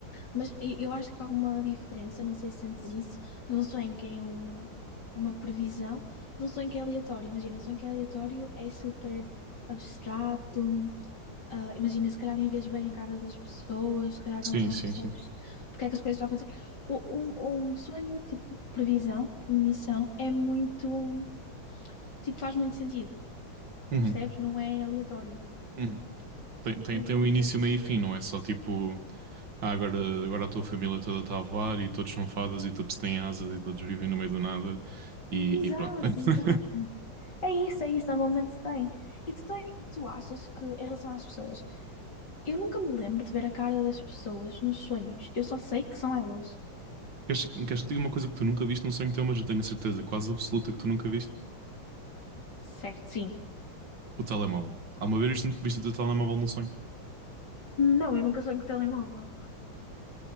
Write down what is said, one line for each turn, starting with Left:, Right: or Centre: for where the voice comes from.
Left: Mas e- eu acho que há uma diferença, não sei se sentes isso, de um sonho que é um- uma previsão, de um sonho que é aleatório. Imagina, um sonho que é aleatório é super abstrato, Ah, imagina, se calhar nem vês bem a cara das pessoas, se calhar
Right: Sim,
Left: não, não
Right: sim,
Left: percebes
Right: sim.
Left: porque é que as coisas estão a acontecer. O- Um, um sonho, tipo, previsão, premonição, é muito, tipo, faz muito sentido,
Right: Uhum,
Left: percebes? Não é aleatório.
Right: uhum. Tem, tem,
Left: Eu
Right: tem
Left: não
Right: um
Left: te
Right: início,
Left: gosto
Right: meio
Left: dizer.
Right: e fim, não é só tipo. Ah, agora, agora a tua família toda está a voar e todos são fadas e todos têm asas e todos vivem no meio do nada e,
Left: Exato,
Right: e pronto. <laughs>
Left: exato. É isso, é isso, normalmente tem. E tu, tem, Tu achas que, em relação às pessoas, eu nunca me lembro de ver a cara das pessoas nos sonhos, eu só sei que são elas.
Right: Queres, queres que te diga uma coisa que tu nunca viste num sonho teu, mas eu tenho a certeza quase absoluta que tu nunca viste?
Left: Certo, sim.
Right: O telemóvel. Alguma vez viste, viste o teu telemóvel num sonho?
Left: Não, eu nunca sonho com o telemóvel.